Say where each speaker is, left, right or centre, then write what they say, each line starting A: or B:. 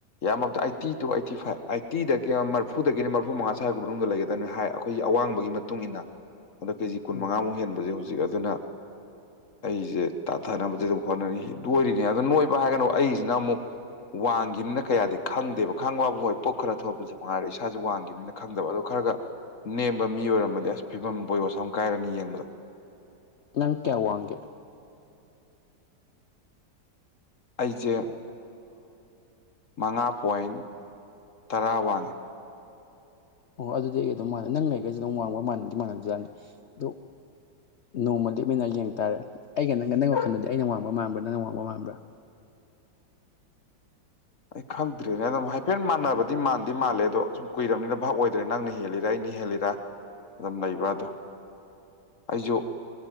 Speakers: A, on the left; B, on the left.
A: ꯌꯥꯝꯃꯕꯗ ꯑꯩꯠꯇꯤ ꯇꯨ ꯑꯩꯠꯇꯤ ꯐꯥꯏꯚ ꯑꯥꯏꯠꯇꯤꯗꯒꯤ ꯃꯔꯐꯨꯗꯒꯤꯅ ꯃꯔꯐꯨ ꯃꯉꯥ ꯁꯥꯢꯕꯧ ꯃꯅꯨꯡꯗ ꯂꯩꯒꯗꯕꯅꯤ ꯍꯥꯏ ꯑꯩꯈꯣꯏ ꯑꯋꯥꯡꯕꯒꯤ ꯃꯇꯨꯡ ꯏꯟꯅ ꯑꯗꯣ ꯀꯦꯖꯤ ꯀꯨꯟ
B: ꯎꯝ
A: ꯃꯉꯥꯃꯨꯛ ꯍꯦꯟꯕꯁꯦ ꯍꯧꯖꯤꯛ ꯑꯗꯨꯅ ꯑꯩꯁꯦ ꯇꯥꯊꯅꯕꯗꯤ ꯑꯗꯨꯝ ꯍꯣꯠꯅꯔꯤ ꯅꯣꯏꯔꯤꯅꯦ ꯑꯗꯨ ꯅꯣꯏꯕ ꯍꯥꯏꯒꯅ ꯑꯃꯨꯛ ꯑꯩꯁꯤꯅ ꯑꯃꯨꯛ ꯋꯥꯡꯒꯤꯝꯅꯤꯅ ꯀꯌꯥꯗꯤ ꯈꯪꯗꯦꯕ ꯈꯪꯕꯕꯨ ꯍꯣꯏ ꯄꯣꯠ ꯈꯔ ꯊꯣꯄꯁꯦ ꯃꯉꯥꯏꯔꯦ ꯏꯁꯥꯥꯁꯦ ꯋꯥꯡꯒꯤꯝꯅꯤꯅ ꯈꯪꯗꯕ ꯑꯗꯣ ꯈꯔ ꯈꯔꯒ ꯅꯦꯝꯕ ꯃꯤ ꯑꯣꯏꯔꯝꯃꯗꯤ ꯑꯁ ꯐꯤꯕꯝ ꯕꯣꯌꯣꯁ ꯑꯃ ꯀꯥꯏꯔꯅꯤ ꯌꯦꯡꯕꯗ
B: ꯅꯪ ꯀꯌꯥ ꯋꯥꯒꯦ
A: ꯑꯩꯁꯦ ꯃꯉꯥ ꯄꯣꯏꯟ ꯇꯔꯥ ꯋꯥꯡꯉꯦ
B: ꯑꯣ ꯑꯗꯨꯗꯤ ꯑꯩꯒ ꯑꯗꯨꯝ ꯃꯥꯟꯅ ꯅꯪꯒ ꯑꯩꯒꯁꯦ ꯑꯗꯨꯝ ꯋꯥꯡꯕ ꯃꯥꯟꯅꯗꯤ ꯃꯥꯟꯅꯕꯖꯥꯠꯅꯤ ꯑꯗꯨ ꯅꯣꯡꯃ ꯂꯦꯞꯃꯤꯟꯅ ꯌꯦꯡ ꯇꯥꯔꯦ ꯑꯩꯒ ꯅꯪꯒ ꯅꯪ ꯋꯥꯈꯜꯗꯗꯤ ꯑꯩꯅ ꯋꯥꯡꯕ ꯃꯥꯟꯕ꯭ꯔꯥ ꯅꯪꯅ ꯋꯥꯡꯕ ꯃꯥꯟꯕ꯭ꯔꯥ
A: ꯑꯩ ꯈꯪꯗ꯭ꯔꯦꯅꯦ ꯑꯗꯨꯝ ꯍꯥꯏꯐꯦꯠ ꯃꯥꯟꯅꯕꯗꯤ ꯃꯥꯟꯗꯤ ꯃꯥꯜꯂꯦ ꯑꯗꯣ ꯁꯨꯝ ꯀꯨꯏꯔꯕꯅꯤꯅ ꯚꯥꯞ ꯑꯣꯏꯗ꯭ꯔꯦ ꯅꯪꯅ ꯍꯦꯜꯂꯤꯔ ꯑꯩꯅ ꯍꯦꯜꯂꯤꯔꯥ ꯑꯗꯨꯝ ꯂꯩꯕ꯭ꯔꯥꯗꯣ ꯑꯩꯁꯨ